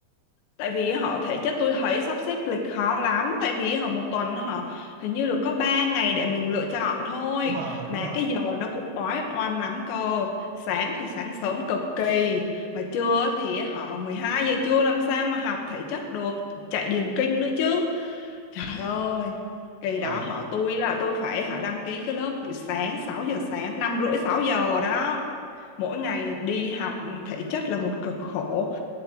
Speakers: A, on the left; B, on the right.
A: tại vì họ thể chất tôi thấy sắp xếp lịch khó lắm tại vì họ một tuần họ hình như được có 3 ngày để mình lựa chọn thôi
B: đúng rồi đúng
A: mà
B: rồi
A: cái giờ nó cũng oái oăm lắm cơ sáng thì sáng sớm cực kỳ mà trưa thì họ 12 giờ trưa làm sao mà học thể chất được chạy điền kinh nữa chứ trời ơi kỳ
B: ờ
A: đó họ tôi là tôi phải họ đăng ký cái lớp buổi sáng sáu giờ sáng năm rưỡi 6 giờ đó mỗi ngày đi học thể chất là một cực khổ